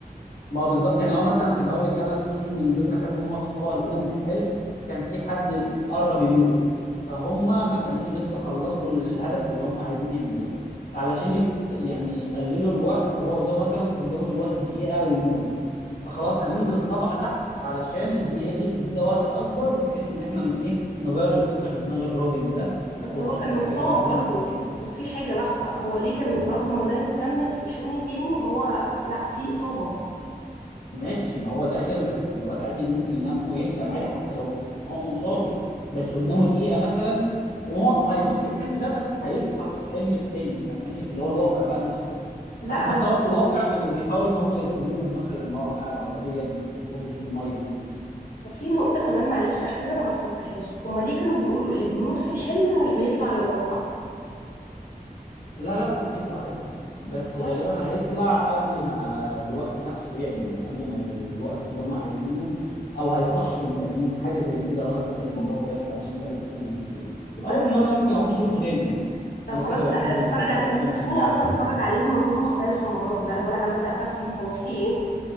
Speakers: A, on the left (about 80°); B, on the left (about 65°).
A: ما بالظبط يعني هو مثلا كان اقول لك انا في من ضمن الحاجات اللي هم في الطبقه الاولى من الحلم كان في حد قرب يموت فهم ما كانوش لسه خلصوا الهدف اللي هم عايزين يعملوه فعلشان يست... يعني يقللوا الوقت هو قدامه مثلا قدامه دلوقتي دقيقه ويموت فخلاص هننزل طبقه تحت علشان الدقيقه دي تدينا وقت اكبر بحيث ان احنا ن- ايه نغير الفكره في دماغ الراجل ده
B: بس
A: ونحط
B: هو كان
A: الفكره
B: متصاب
A: اللي احنا عايزين
B: برضه
A: نحطها فيه
B: بس في حاجه لحظه هو ليه كان برضه مازال مكمل في الحلم التاني وهو لا في اصابه
A: ماشي ما هو داخل بس دلوقتي عادي ممكن ينام ويحلم عادي حتى لو هو مصاب يعني بس قدامه دقيقة مثلا وهو هيموت في الحلم ده بس هيصحى في الحلم التاني انت فاهماني في اللي هو الواقع بقى نفسه يعني
B: لا
A: عشان
B: بس
A: حتى هو في الواقع كانوا بيحاولوا ان هم يصدموهم مثلا لما وقع العربية من الكوبري في المية مثلا
B: طب في نقطه كمان معلش اخيره انا ما فهمتهاش هما ليه كانوا بيقولوا اللي بيموت في الحلم مش بيطلع للواقع
A: لا لا لا بيطلع عادي بس
B: والله
A: غالبا هيطلع قبل ما الوقت نفسه يعمل يعني قبل ما الوقت اللي هم عايزينه او هيصحي الباقيين حاجه زي كده لو انا فاكر الموضوع كويس علشان بقالي كتير ما شفتوش
B: يبقى
A: او لا
B: انا
A: ما ممكن اقوم اشوفه تاني يعني
B: طب
A: انا
B: خلاص
A: كده بحب
B: لا
A: الافلام
B: اتفرج عليه انت تخليني
A: اللي من النوعيه
B: اصلا اتفرج
A: دي
B: عليه بمنظور مختلف المره دي بقى اللي هو لا انا بدات افهم هو في ايه